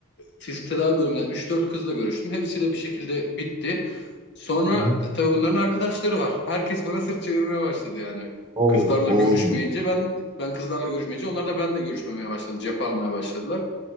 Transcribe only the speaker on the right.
Hı hı.
Oo.
Olmuş.